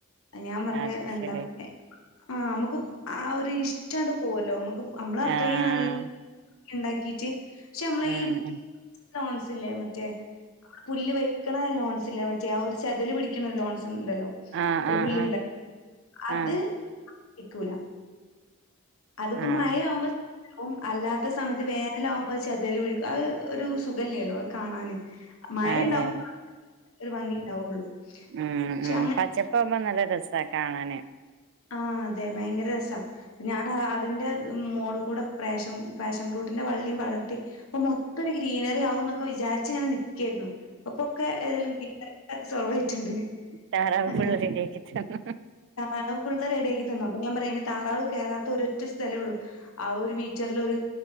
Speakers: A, on the left; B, on the right.
A: ഞാൻ പറഞ്ഞ്
B: ആഹ് അത്
A: എന്താ
B: ശരി
A: ആഹ് നമുക്ക് ആ ഒരു ഇഷ്ട്ടണ്ട് പോവ്വല്ലോ നമ്മക്ക് നമ്മളത്രയും
B: ആഹ്
A: നല്ല <unintelligible> ഉണ്ടാക്കീട്ട് പക്ഷെ നമ്മളെ
B: ഉം
A: ഈ
B: ഉം
A: ലോൺസില്ലേ മറ്റേ പുല്ല് വെക്ക്ണ ലോൺസില്ലേ മറ്റേ ആ ഒരു ചെതല് പിടിക്കണൊരു ലോൺസ് ണ്ടല്ലോ
B: ആഹ്
A: ഒരു
B: ആഹ്
A: പുല്ലുണ്ട <inaudible> അത്
B: ആഹ് ആഹ്
A: <inaudible> ക്കൂല്ലാ അതിപ്പം
B: ആഹ്
A: മയാവ്മ്പോ വും അല്ലാത്ത സമയത്ത് വേനലാവുംമ്പോ അത്‌ ചെതല് പിടിക്കും അത് ഒരു സുഖല്ല്യല്ലോ അത്‌ കാണാന് മഴണ്ടാവുമ്പോ
B: അതെ
A: ഒരു ഭംഗിണ്ടാവുള്ളു.
B: ഉം
A: പക്ഷെ
B: ഉം
A: അങ്ങനെ
B: പച്ചപ്പാവ്മ്പോ നല്ല രസാ കാണാന്
A: ആഹ അതെ ഭയങ്കര രസാ പിന്നെ ഞാൻ അതിന്റെ മോള് കൂടെ പ്രാഷൻ ഫാഷൻ ഫ്രൂട്ടിന്റെ വള്ളിയും പടർത്തി അപ്പൊ മൊ ത്തം ഒരു ഗ്രീനറി ആവുംന്നൊക്കെ വിചാരിച്ച് ഇങ്ങനെ നിക്കേരുന്നു ഇപ്പൊ ഒക്കെ ഏതെലും ഗ്രീ സോൾവായിട്ടുണ്ട്
B: താറാവ്
A: അങ്ങനെ.
B: ഫുൾ റെഡി ആക്കി തന്നു
A: താറാവ് ഫുള്ള് റെഡിയാക്കി തന്നു അപ്പ ഞാൻ പറയാ അയിന് താറാവ് കേറാത്ത ഒര് ഒറ്റ സ്ഥലെ ഉള്ളു ആ ഒരു മീറ്ററിലൊരു